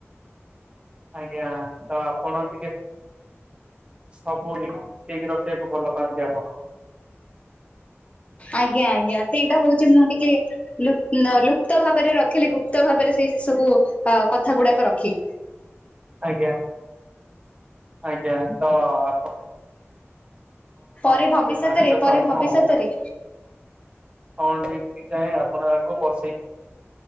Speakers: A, on the right; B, on the left.
A: ଆଜ୍ଞା ତ ଆପଣ ଟିକେ ସବୁ ହି ସେଇକି ରଖିବାକୁ ଭଲ ପାଆନ୍ତି ଆପଣ।
B: ଆଜ୍ଞା ଆଜ୍ଞା ସେଇଟା ହଉଛି ମୁଁ ଟିକେ ଲୁ ଅ ଲୁପ୍ତ ଭାବରେ ରଖିଲେ ଗୁପ୍ତ ଭାବରେ ସେଇ ସେ ସବୁ କଥା ଗୁଡାକ ରଖି
A: ଆଜ୍ଞା ଆଜ୍ଞା ତ ଆ
B: ପରେ
A: ସେ
B: ଭବିଷ୍ୟତରେ
A: ଭାତକୁ
B: ପରେ
A: ଆପଣ
B: ଭବିଷ୍ୟତରେ।
A: କଣ ଏମତି ଚାେଁ ଆପଣ ଆଙ୍କୁ ବସେଇ